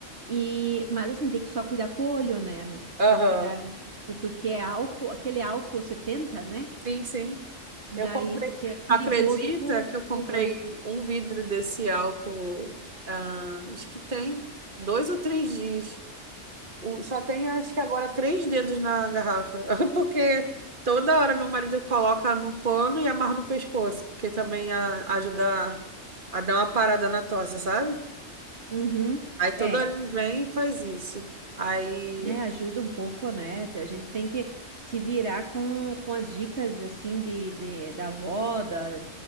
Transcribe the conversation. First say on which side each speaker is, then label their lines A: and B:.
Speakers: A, on the right; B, on the right.
A: E, mas assim, tem que só cuidar com o olho, né, amiga?
B: Aham.
A: Que daí, tipo, porque é álcool, aquele álcool 70, né?
B: Sim, sim.
A: Daí,
B: Eu comprei.
A: porque é perigoso
B: Acredita
A: pro,
B: que eu comprei
A: pro olho.
B: um vidro desse álcool, ah, acho que tem dois ou três dias. O- Só tem, acho que agora, três dedos na garrafa. <laughs> Porque toda hora meu marido coloca no pano e amarra no pescoço. Porque também a- ajuda a, a dar uma parada na tosse, sabe?
A: Uhum.
B: Aí toda
A: É,
B: hora ele vem e faz isso. Aí.
A: né? ajuda um pouco, né? A gente tem que se virar com, com as dicas, assim, de, de- da avó, da,